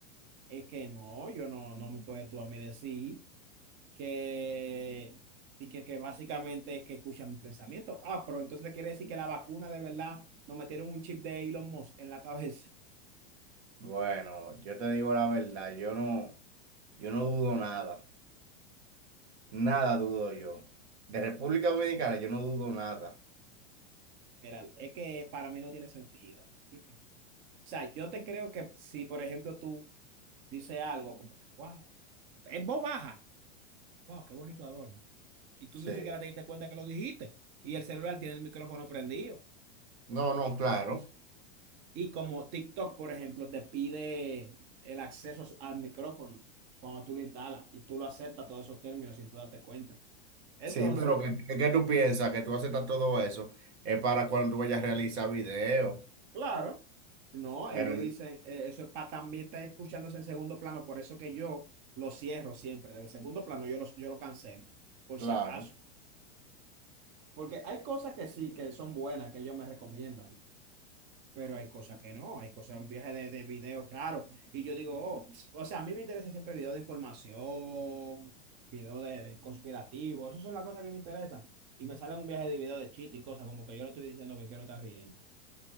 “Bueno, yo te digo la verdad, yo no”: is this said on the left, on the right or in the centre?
Right